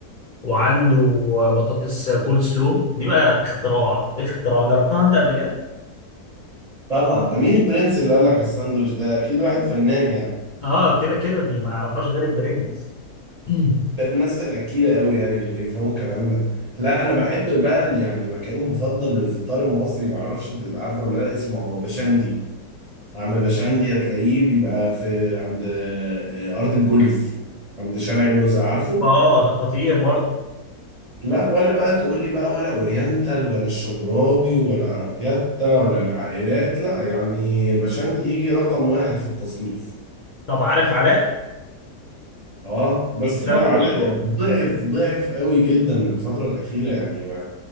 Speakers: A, on the left; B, on the right.
A: وعنده بطاطس كول سلو دي بقى اختراع اختراع جربتها انت قبل كده
B: طبعا ده مين البرنس اللي قال لك الساندوتش ده اكيد واحد فنان يعني
A: اه كده كده دي ما يعرفهاش غير البرنس <clears throat>
B: ده الناس الأكيلة قوي يعني اللي يفهموا الكلام ده لا أنا بحب بقى ال- يعني مكاني المفضل للفطار المصري معرفش تبقى عارفه ولا لا اسمه هو بشندي عم بشندي هتلاقيه بيبقى في عند آه، أرض الجولف عند شارع النزهة عارفه
A: اه ده خطير برضه
B: لا ولا بقى تقول لي بقى ولا أورينتال ولا الشبراوي ولا عربياتا ولا العائلات لا يعني بشندي يجي رقم واحد في التصنيف
A: طب عارف علاء
B: اه بس
A: يكسبه
B: لا علاء
A: برضه
B: يعني ضعف ضعف قوي جدا الفترة الأخيرة يعني ما